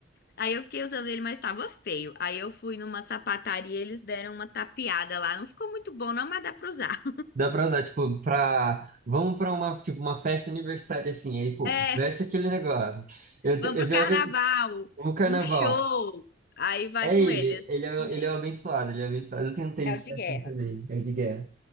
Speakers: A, on the left (about 55°); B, on the right (about 45°).
A: Aí eu fiquei usando ele, mas tava feio. Aí eu fui numa sapataria, eles deram uma tapeada lá. Não ficou muito bom, não, mas dá pra usar.
B: Dá pra usar, tipo, pra... Vamos pra uma, tipo, uma festa universitária, assim. Aí, pô,
A: <laughs>
B: veste
A: é
B: aquele negócio. Eu,
A: Vamos
B: te- é
A: pro
B: pior
A: carnaval,
B: que no carnaval.
A: um show. Aí vai
B: É
A: com
B: ele,
A: ele.
B: ele é,
A: Hum,
B: o- ele é o abençoado, ele é o abençoado. Eu tenho um tênis
A: É o de
B: que é
A: guerra.
B: assim também, é o de guerra.